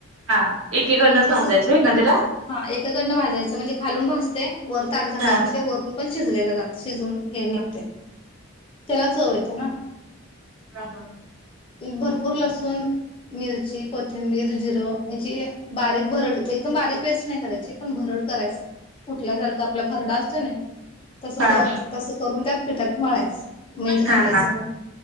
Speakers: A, on the right; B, on the left.
A: हा एकीकडनंच भाजायचं
B: तसच
A: होय ना त्याला
B: हा एकाकडनं भाजायचं म्हणजे खालून भाजतय. वर ताट झाकायचं
A: हा
B: मग ते वरून पण शिजले जात शिजून हे
A: हा
B: निघतय त्याला चव ये ना <unintelligible>
A: हा हा <unintelligible>
B: भरपूर लसूण मिरची कोथिंबीर जिरं याची बारीक भरड एकदम बारीक पेस्ट नाही करायची पण भरड करायच कुठल्या सारखं आपला खरडा असतो नाई तस
A: हा
B: तस करून त्या टात मलाच मीठ घालायचं
A: हा